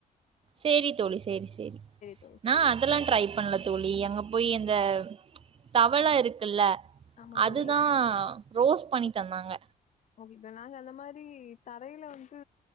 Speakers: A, on the right; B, on the left.
A: சேரி தோழி சேரி சேரி
B: தோழி சேரி
A: நான் அதெல்லா ட்ரை ப ண்ணல தோழி அங்க போய் அந்த தவள இருக்குல்ல
B: ஆமா தோழி
A: அதுதா ரோஸ் பண்ணி தந்தாங்க
B: இதெல்லாங்க அந்த மாதிரி தரையில வந்து